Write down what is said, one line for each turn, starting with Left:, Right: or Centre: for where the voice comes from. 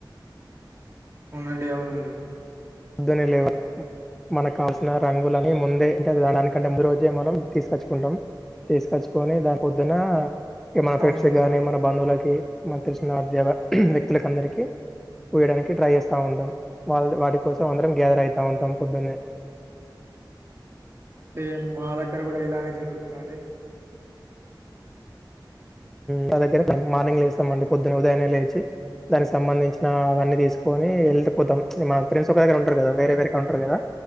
Right: అవునండి అవునండి
Centre: పొద్దునే లేవ మన కావాల్సిన రంగులని ముందే అంటే దా దానికంటే ముందు రోజే మనం తీసుకొచ్చుకుంటాం తీసుకొచ్చుకొని దాని పొద్దున ఇగ మన
Right: అవును.
Centre: ఫ్రెండ్స్ కాని మన బంధువులగా ఏ మనకు తెలిసిన ఉద్యోగ వ్యక్తుల కందరికి పొయ్యడానికి ట్రై చేస్తా ఉంటాం వాళ్ళు వాటికి కోసం అందరం గ్యాదర్ అయితా ఉంటాం పొద్దునే
Right: సేమ్ మా దగ్గర కూడా ఇలానే జరుగుతుందండి
Centre: నా దగ్గర మార్నింగ్ లేస్తాంమండి పొద్దున్న ఉదయాన్నే లేచి దానికి సంబంధించిన అవన్నీ తీసుకొని వెళ్ళిపోతాం మన ఫ్రెండ్స్ ఒక దగ్గర ఉంటారు కదా వేరే వేరే కడుంటరు కదా